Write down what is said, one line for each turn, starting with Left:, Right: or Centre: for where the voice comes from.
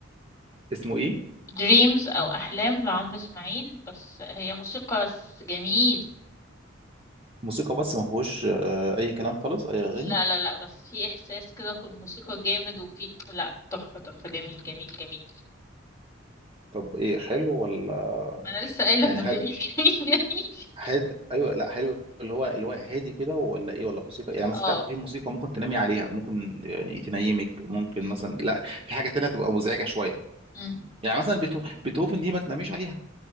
Right: اسمه ايه
Left: دريمز او احلام لعمرو اسماعيل بس هي موسيقى بس جميل
Right: موسيقى بس ما فيهوش آه، اي كلام خالص اي اغاني
Left: لا لا لا بس في احساس كده في الموسيقى جامد وفي لا تحفة تحفة جميل جميل جميل
Right: طب ايه حلو ولا
Left: انا لسه قايلة
Right: يعني
Left: انه
Right: هاد
Left: جميل <laughs> جميل جميل
Right: هاد ايوه لا حلو اللي هو اللي هو هادي كده ولا ايه ولا موسيقى يعني مثلا
Left: اه
Right: انت عارف في موسيقى ممكن تنامي عليها ممكن يعني تنيمك ممكن
Left: م-
Right: مثلا لا في حاجه تانية تبقى مزعجه شويه
Left: م.
Right: يعني مثلا بيتو... بيتهوفن دي ما تناميش عليها